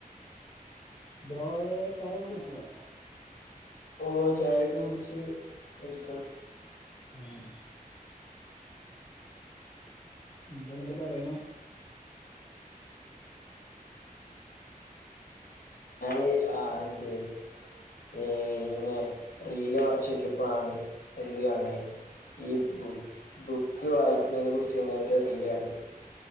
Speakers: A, on the left (about 30°); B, on the left (about 80°).
A: ബ്രോയെ. ചായക്കെ കുടിച്ചിലെ..
B: ഓ ഒ ചായക്കെഉടിച്ച് ഇരിക്ണ്..
A: മേഹ്.. എന്താന്നണ്ട് പറയണു..
B: ഹ്, ആ. എന്തേ.. ഏ ഇങ്ങനെ റീല വർച്ചൊക്ക ഇപ്പോാണ് എന്ത് കാണണേ ഈ ബു ബുക്ക് വായിക്കുന്നതിനെ കുറിച്ച് നെരു റില്ല ണ്ടേ